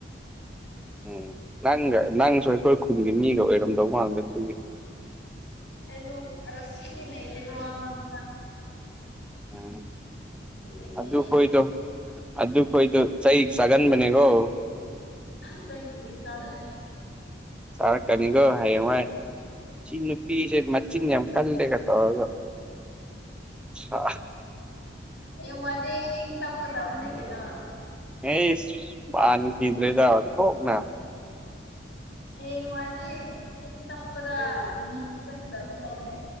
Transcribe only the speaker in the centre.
ꯎꯝ ꯅꯪꯒ ꯅꯪꯁꯨ ꯑꯩꯈꯣꯏ ꯈꯨꯟꯒꯤ ꯃꯤꯒ ꯑꯣꯏꯔꯝꯗꯧ ꯃꯥꯟꯕ ꯗꯨꯒꯤ
ꯎꯝ
ꯑꯗꯨꯈꯣꯏꯗꯣ ꯑꯗꯨꯈꯣꯏꯗꯣ ꯆꯩ ꯆꯥꯒꯟꯕꯅꯦꯀ‌ꯣ
ꯆꯥꯔꯛꯀꯅꯤꯀ‌ꯣ ꯍꯌꯦꯡꯋꯥꯏ ꯁꯤ ꯅꯨꯄꯤꯁꯦ ꯃꯆꯤꯟ ꯌꯥꯝ ꯀꯟꯕꯩꯒ ꯇꯧꯔꯒ ꯁꯥ
ꯍꯩꯁ ꯃꯥꯟꯈꯤꯗ꯭ꯔꯦꯗ ꯑꯣꯟꯊ‌ꯣꯛꯅ